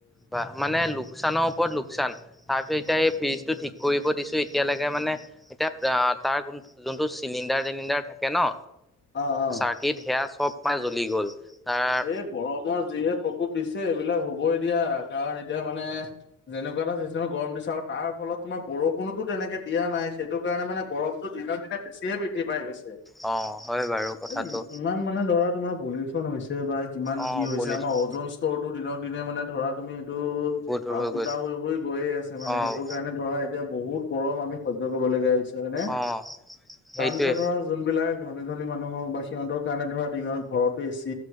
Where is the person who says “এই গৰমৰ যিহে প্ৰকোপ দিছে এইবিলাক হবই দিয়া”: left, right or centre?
Left